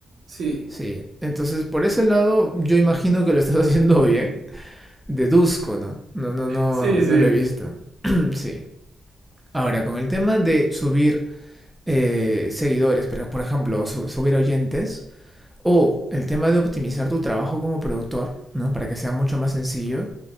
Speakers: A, on the right; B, in the centre.
A: Sí.
B: Sí, entonces por ese lado yo imagino que lo estás <laughs> haciendo bien. deduzco, ¿no? No, no, no,
A: Sí, sí.
B: no lo he visto. <clears throat> <coughs> sí. Ahora, con el tema de subir eh, seguidores, pero por ejemplo, su- subir oyentes, o el tema de optimizar tu trabajo como productor, ¿no? Para que sea mucho más sencillo,